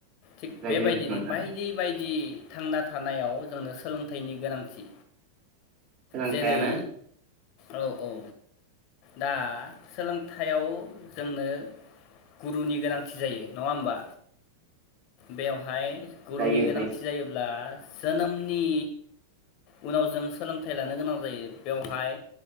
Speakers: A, on the left (about 40°); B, on the right (about 35°).
A: थिग
B: जायो
A: बेबायदिनो
B: नोंथां
A: बायदि बायदि थांना थानायाव जोंनो सोलोंथाइनि गोनांथि
B: सोलोंथायानो
A: जेरै औ औ दा सोलोंथायाव जोंनो गुरुनि गोनांथि जायो नङा होम्बा बेवहाय गुरुनि
B: जायो
A: गोनांथि
B: जायो
A: जायोब्ला जोनोमनि उनाव जों सोलोंथाइ लानो गोनां जायो बेवहाय